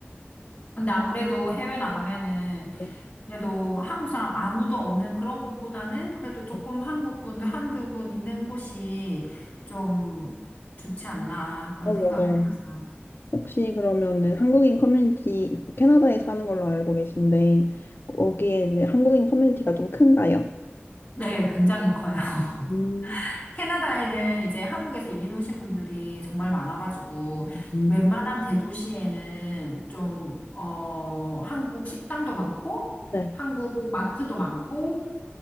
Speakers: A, on the left (about 30°); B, on the left (about 60°).
A: 근데 아무래도 해외 나가면은
B: 네.
A: 그래도 한국 사람 아무도 없는 그런 곳보다는 그래도 조금
B: 네.
A: 한국 분들 한두 분 있는 곳이 좀 좋지 않나 그런
B: 어,
A: 생각을
B: 맞아요.
A: 해봤어요.
B: 혹시 그러면은 한국인 커뮤니티 캐나다에 사는 걸로 알고 계신데 거기에 이제 한국인 커뮤니티가 좀 큰가요?
A: 네, 굉장히 커요. <laughs>
B: 음,
A: 캐나다에는 이제 한국에서 이민 오신 분들이 정말 많아가지고
B: 음.
A: 웬만한 대도시에는 좀, 어, 한국 식당도 많고
B: 네.
A: 한국 마트도 많고